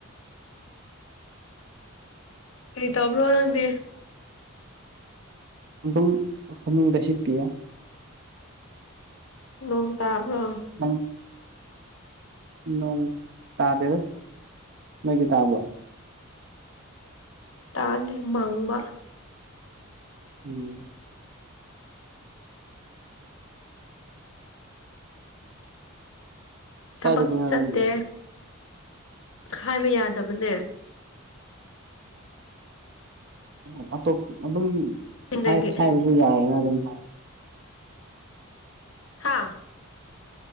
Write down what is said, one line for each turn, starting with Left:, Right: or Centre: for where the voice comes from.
Left: ꯔꯔꯤꯇꯥ꯭ꯔꯣ ꯋꯥꯗꯦ
Right: ꯑꯗꯨꯝ ꯐꯃꯨꯡꯗ ꯁꯤꯠꯄꯤꯌꯦ
Left: ꯅꯣꯡ ꯇꯥꯕ꯭ꯔꯣ
Right: ꯅꯪ ꯅꯣꯡ ꯇꯥꯗꯦꯗ ꯅꯣꯏꯒꯤ ꯇꯥꯕ꯭ꯔꯣ
Left: ꯇꯥꯟ ꯃꯥꯡꯃ
Right: ꯎꯝ
Left: ꯊꯕꯛ
Right: ꯀꯥꯏꯗꯒꯤꯅꯣ
Left: ꯆꯠꯇꯦ
Right: ꯅꯪꯗꯤ
Left: ꯍꯥꯏꯕ ꯌꯥꯗꯕꯅꯦ
Right: ꯑꯣ ꯑꯇꯣꯞ ꯑꯗꯨꯝ
Left: ꯆꯤꯡꯗꯒꯤ
Right: ꯁꯥꯏꯕꯁꯨ ꯌꯥꯏꯑꯅ ꯑꯗꯨꯝ ꯍꯥꯏ
Left: ꯍꯥꯥ